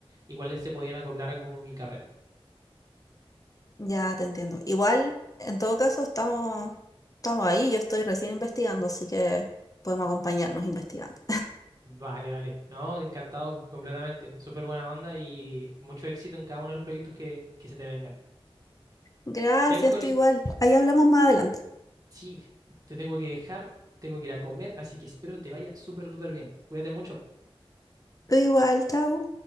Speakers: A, on the right; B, on the left.
A: igual se podían acoplar a como mi carrera.
B: Ya te entiendo. Igual, en todo caso, estamos, estamos ahí. Yo estoy recién investigando, así que podemos acompañarnos investigando.
A: Vale, vale. No, encantado completamente. Súper buena onda y mucho éxito en cada uno de los proyectos que, que se te vengan.
B: Gracias,
A: Ya, Cusconi,
B: tú igual. Ahí hablamos más adelante.
A: sí, te tengo que dejar, tengo que ir a comer, así que espero te vaya súper duper bien. Cuídate mucho.
B: Tú igual, chao.